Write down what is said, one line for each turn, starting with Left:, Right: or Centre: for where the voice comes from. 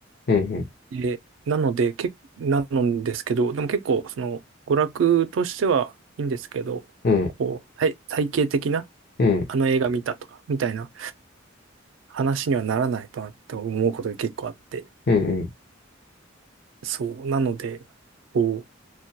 Left: うん、うん、うん、
Right: で、なので、け、なのですけど、でも結構、その、娯楽としてはいいんですけど、
Left: うん、
Right: こう、体、体系的な、
Left: うん、
Right: あの映画見たとか、みたいな話にはならないとなって思うことが結構あって。
Left: うん、
Right: そう。なので、こ